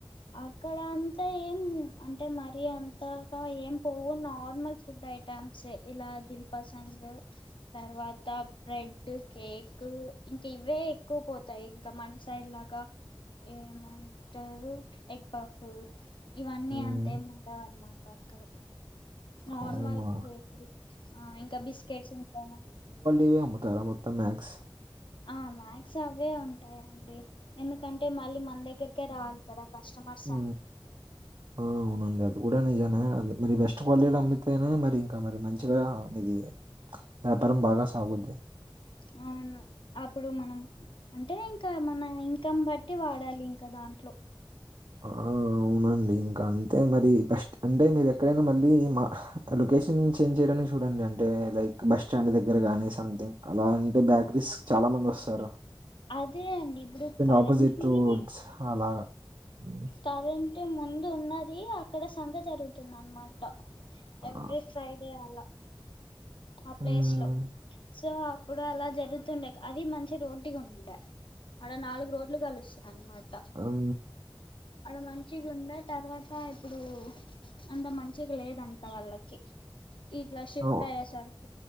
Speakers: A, on the left (about 75°); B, on the right (about 65°).
A: అక్కడ అంత ఏం అంటే మరి అంతల ఏం పోవు నార్మల్ ఫుడ్‌ ఐటమ్ ంటస్ ఇలా దిల్ పసంద్స్ తర్వాత బ్రెడ్ కేక్ ఇంకా ఇవే ఎక్కువపోతయి ఇకా మన సైడ్ లాగా ఏమంటారు ఎగ్ ఫఫు ఇవన్నీ
B: హ్మ్.
A: అంతేం ఉండవు అన్నమాట అక్కడ నార్మల్
B: అవునా!
A: బేకరీ ఆ ఇంకా బిస్కెట్లు ఇంకా మన
B: ఇవే అమ్ముతారా మొత్తం ద మ్యాక్స్
A: ఆ మ్యాక్స్ అవే ఉంటాయండి ఎందుకంటే మళ్ళీ మన దగ్గరకే రాలి కదా కస్టమర్లు
B: ఉ ఆ అవునండి అది కూడా నిజమే అందుకని బెస్ట్ క్వాలిటీలు అమ్మితేనే మరి ఇంకా మరి మంచిగా ఇది వ్యాపారం బాగా సాగుతుంది
A: ఆ అవును అప్పుడు మనం అంటే ఇంకా మన ఇన్కం బట్టి వాడాలి ఇంకా దాంట్లో
B: ఆఆ అవునండి ఇంకా అంతే మరి ఫస్ట్ అంటే మీరు ఎక్కడైనా మళ్ళీ మా లొకేషన్ చేంజ్ చేయడానికి చూడండి అంటే లైక్ బస్స్టాండ్ దగ్గర గానీ సంథింగ్ అలా అంటే బ్యాకరీస్ చాలా మంది వస్తారు
A: అదే అండి ఇప్పుడు కరెంట్వి
B: అపోజిట్ రోడ్స్ అలాగా. హ్మ్.
A: కరెంట్ అంటే ముందు ఉన్నది అక్కడ సంత జరుగుతుంది అనమాట
B: ఆ!
A: ఎవ్రీ ఫ్రైడే అలా ఆ ప్లేస్లో
B: హ్మ్.
A: సో అప్పుడు అలా జరుగుతుండే అది మంచి రూట్గా ఉండే అడ నాలుగు రోడ్లు కలుస్తాయన్నమాట
B: అవు
A: అడ మంచిగా ఉండే తర్వాత ఇప్పుడు అంత మంచిగా లేదంటా వాళ్ళకి ఇట్లా షిఫ్ట్
B: ఆ!
A: అయ్యే సరే